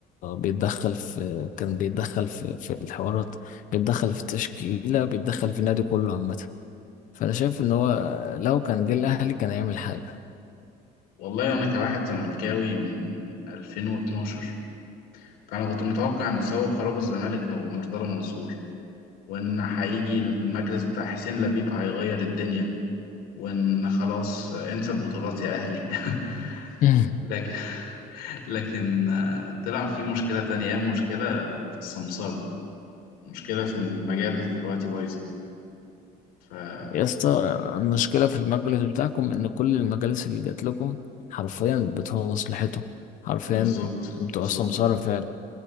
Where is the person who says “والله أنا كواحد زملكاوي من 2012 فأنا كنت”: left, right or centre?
Left